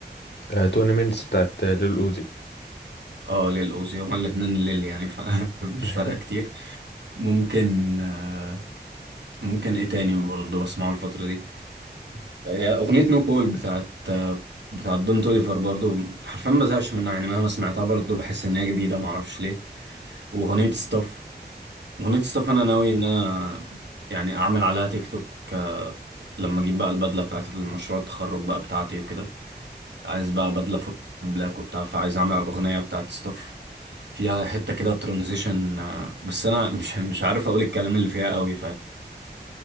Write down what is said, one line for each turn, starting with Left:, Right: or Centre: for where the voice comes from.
Left: آه، توني مينتس بتاعت ليل اوزي
Right: اه للأوزي هما الاتنين ليل يعني فمش
Left: <laughs>
Right: <laughs> فارقه كتير ممكن آه، ممكن ايه تاني برضه بسمعه الفتره دي آه، اغنيه نو بول بتاعت آه، بتاعت دون توليفر برضه حرفيا ما بزهقش منها يعني مهما سمعتها برضه بحس ان هي جديده معرفش ليه واغنيه ستاف أغنية ستاف أنا ناوي إن أنا يعني أعمل عليها تيك توك آه، لما أجيب بقى البدلة بتاعت المشروع التخرج بقى بتاعتي وكده عايز بقى بدلة فوق بلاك وبتاع فعايز أعمل على الأغنية بتاعت ستاف فيها حتة كده ترانزيشن بس أنا مش <laughs> مش عارف أقول الكلام اللي فيها قوي